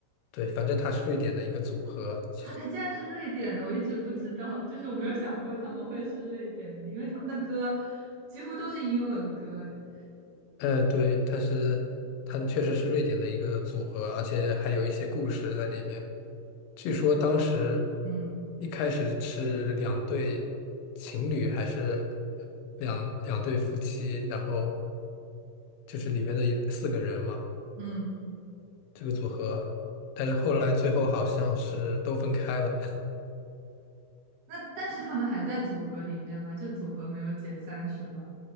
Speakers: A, on the left; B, on the right.
A: 对，反正他是瑞典的一个组合，其实，
B: 啊，他竟然是瑞典的，我一直不知道，就是我没有想过他们会是瑞典的，因为他们的歌几乎都是英文歌哎，
A: 呃，对，但是他们确实是瑞典的一个组合，而且还有一些故事在里面。据说当时
B: 嗯
A: 一开始是两对情侣，还是两两对夫妻，然后就是里面的四个人嘛，
B: 嗯，
A: 这个组合，但是后来最后好像是都分开了。
B: 那但是他们还在组合里面嘛，就组合没有解散是吧？